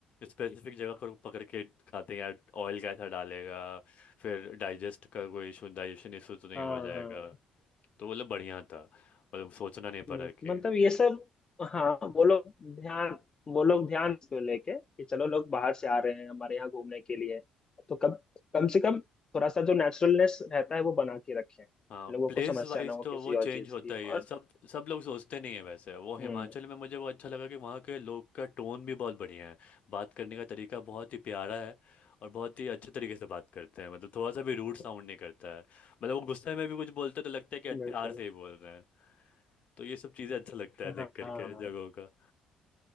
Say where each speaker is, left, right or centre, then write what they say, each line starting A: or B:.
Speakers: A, on the left; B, on the left.
A: स्पेसिफिक जगह को पकड़ के खाते हैं यार ऑयल कैसा डालेगा फिर डाइजेस्ट का कोई इशू डाइजेशन इशू तो नहीं
B: हाँ
A: हो जाएगा
B: हाँ
A: तो मतलब बढ़िया था मतलब सोचना नहीं
B: बिल्कुल।
A: पड़ा कि
B: मतलब ये सब हाँ वो लोग ध्यान वो लोग ध्यान को लेके कि चलो लोग बाहर से आ रहे हैं हमारे यहाँ घूमने के लिए तो कम कम से कम थोड़ा सा जो नेचुरलनेस रहता है वो बना के रखें
A: हाँ
B: लोगों
A: प्लेस
B: को समस्या
A: वाइज
B: ना हो
A: तो
B: किसी
A: वो चेंज
B: और चीज
A: होता
B: की
A: ही
B: और
A: है सब सब लोग सोचते नहीं है वैसे वो हिमाचल
B: हम्म
A: में मुझे वो अच्छा लगा कि वहाँ के लोग का टोन भी बहुत बढ़िया है बात करने का तरीका बहुत ही प्यारा है और बहुत ही अच्छे तरीके से बात करते हैं मतलब थोड़ा सा भी रूड साउंड नहीं करता है मतलब वो गुस्से में भी कुछ बोलते हैं तो लगता है कि
B: बिल्कुल
A: प्यार से ही बोल रहे हैं तो ये सब चीज़ें अच्छा लगता है
B: हाँ
A: देख
B: हाँ,
A: करके
B: हाँ।
A: जगहों का